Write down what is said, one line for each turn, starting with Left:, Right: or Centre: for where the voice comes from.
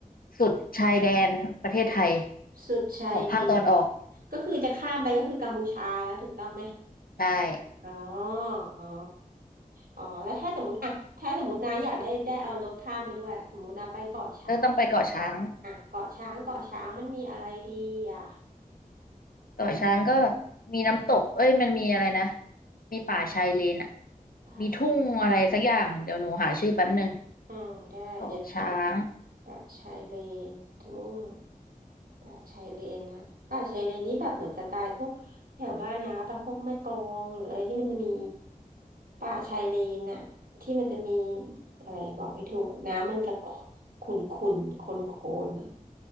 Left: สุดชายแดนประเทศไทย
Right: สุดสุดชายแดน
Left: ของภาคตอนออก
Right: ก็คือจะข้ามไปก็คือกัมพูชาแล้วถูกต้องไหม
Left: ใช่
Right: อ๋ออ๋ออ๋อแล้วถ้าสมมติอ่ะถ้าสมมตินะอยากได้ได้เอารถข้ามไปด้วยสมมตินะไปเกาะช้าง
Left: ก็ต้องไปเกาะช้าง
Right: อ่ะเกาะช้างเกาะช้างมันมีอะไรดีอ่ะ
Left: เกาะช้างก็มีน้ำตกเอ้ยมันมีอะไรนะมีป่าชายเลนอ่ะ
Right: ป่าชาย
Left: มีทุ่งอะไรสักอย่างเดี๋ยวหนูหาชื่อแป๊บหนึ่ง
Right: อ่าได้เดี๋ยวนะ
Left: เกาะช้าง
Right: ป่าชายเลนทุ่งป่าชายเลนนะป่าชายเลนนี้แบบเหมือนสไตล์พวกแถวบ้านนะป่ะพวกแม่กลองหรืออะไรที่มันจะมีป่าชายเลนน่ะที่มันจะมีอะไรบอกไม่ถูกน้ำมันจะขุ่นขุ่นโคลนโคลนอ่ะ